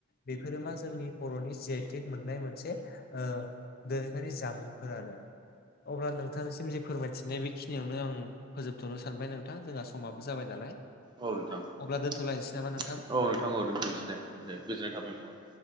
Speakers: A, on the left (about 45°); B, on the right (about 20°).
A: बेफोरो मा जोंनि बर'नि जिआइ टेक मोननाय मोनसे दोरोङारि जामुंफोर आरो। अब्ला नोंथांनिसिम जे फोरमायथिनाय बेखिनियावनो आं फोजोबथ'नो सानबाय नोंथां जोंहा समाबो जाबाय नालाय?
B: औ नोंथां औ
A: अब्ला दोनथ'लायनोसै नामा नोंथां
B: नोंथां औ दोनथांनोसै दे-दे गोजोननाय थाबाय नोंथां औ।